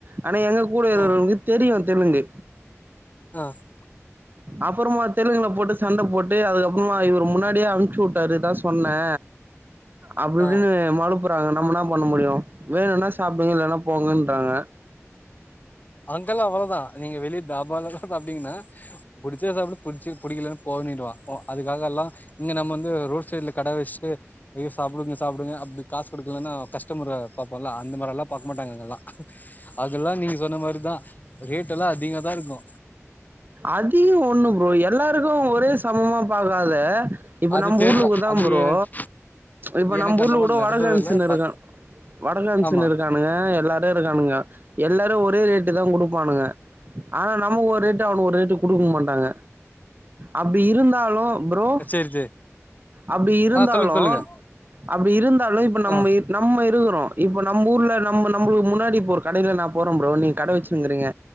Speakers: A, on the right; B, on the left.
A: ஆனா எங்க கூட இருக்குரங்க்கு
B: ஆ
A: தெரியு தெலுங்கு
B: அ
A: அப்பறமா தெலுங்குல போட்டு சண்ட போட்டு அதுக்கப்புறமா இவரு முன்னாடியே அனுப்ச்சி விட்டாரு தா சொன்னே அப்டி இப்டின்னு
B: ஆ
A: மழுப்புறாங்க நம்ம என்னா பண்ண முடியு வேணும்னா சாப்டுங்க இல்லன்னா போங்கன்றாங்க
B: அங்கலா அவ்ளோதா நீங்க வெளிய தாபாலா சாப்டிங்கன்னா புடிச்சா சாப்டு புடிச்சி புடிக்கலன்னா போன அப்டின்வா அதுக்காக எல்லா இங்க நம்ம வந்து ரோட் சைடு்ல கட வச்சிட்டு ஐயோ சாப்டுங்க சாப்டுங்க அப்டி காசு குடுக்கலன்னா கஸ்டமர பாபோம்ல அந்த மாரி எல்லா பாக்க மாட்டாங்க அங்க எல்லா அதெல்லா நீங்க சொன்ன மாரிதா ரேட் எல்லா அதிக தா இருக்கோ
A: அதி ஒண்ணு ப்ரோ எல்லாருக்கோ ஒரே சமமா பாக்காத இப்ப
B: அது
A: நம்ம
B: தெர்ல
A: ஊர்ல கூதா
B: அது
A: ப்ரோ
B: எனக்
A: இப்ப
B: எனக்கு
A: நம்ம ஊர்ல
B: அந்த மாரி
A: கூட
B: நடந்தது
A: வடகன்ஸ்
B: இல்ல பத்
A: இருக்கா வடகன்ஸ்
B: ஆமா
A: இருக்க ங்க எல்லாரோ இருக்கானுங்க எல்லாரோ ஒரே ரேட்டு தா குடுப்பானுங்க ஆனா நமக்கு ஒரு ஸ்டிக்டா அவனு ஒரு ரேட்டு குடுக்க மாட்டாங்க அப்டி இருந்தாலு ப்ரோ
B: சேரி சேரி
A: அப்டி இருந்தாலு
B: ஆ சொல்லுங்க சொல்லுங்க
A: அப்டி இருந்தாலு இப்ப நம்ம
B: ஆ
A: இரு நம்ம இருறோ இப்போ நம்பூர்ல நம்ம நம்புளுகு முன்னாடி இப்போ ஒரு கடைல நாப் போறம் ப்ரோ நீங் கட வெச்சினுங்றீங்க